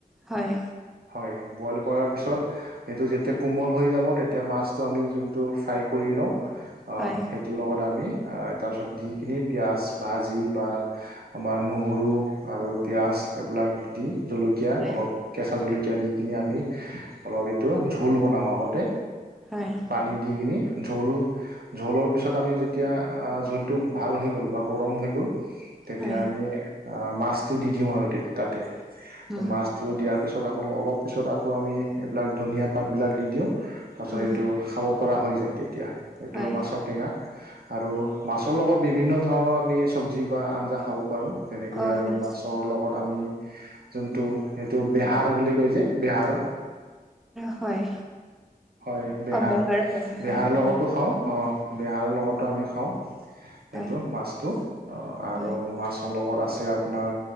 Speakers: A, in the centre; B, on the right.
A: হয়
B: হয় বইল কৰাৰ পিছত পছত এইটো যেতিয়া কোমল হৈ যাব তেতিয়া মাছটো আমি যোনটো ফ্ৰাই কৰি লওঁ।
A: হয়
B: সেইটোৰ লগত আমি। তাৰ চব দি কিনি পিঁয়াজ ভাজি বা আমাৰ নহৰু আৰু পিঁয়াজ এইবিলাক দি জলকীয়া
A: হয়
B: অলপ কেঁচা জলকীয়া। দি কিনি আমি অলপ এইটো ঝোল বনাওঁ আগতে
A: হয়
B: পানী দি। ঝোল ঝোলৰ পিছত আমি যেতিয়া ঝোলটো ভাল হৈ গ'ল বা গৰম হৈ গ'ল। তেতিয়া
A: হয়
B: আমি আহ মাছটো দি দিওঁ আৰু তাতে
A: উম
B: মাছটো দিয়াৰ ত পিছত আকৌ অলপ পিছত আকৌ আমি এইবিলাক ধনিয়া পাতবিলাক দি দিওঁ তাৰপিছত
A: উম
B: এইটো খাব পৰা হৈ যায় তেতিয়া এইটো
A: হয়
B: মাছৰ টেঙা আৰু মাছৰ লগত বিভিন্ন ধৰণৰ আমি চব্জি বা আঞ্জা খাব পাৰোঁ যেনেকৈ
A: অ
B: আৰু
A: হয়
B: মাছ লগত আমি যোনটো এইটো বেহাৰ বুলি কৈ যে বেহাৰ
A: হয়
B: হয় বেহাৰ
A: অব্যাহৰ হয়
B: বেহাৰ
A: হয়
B: লগতো
A: হয়
B: খাও অ বেহাৰৰ লগতো আমি খাওঁ সেইটো
A: হয়
B: মাছটো আৰু
A: হয়
B: মাছৰ লগত আছে আপোনাৰ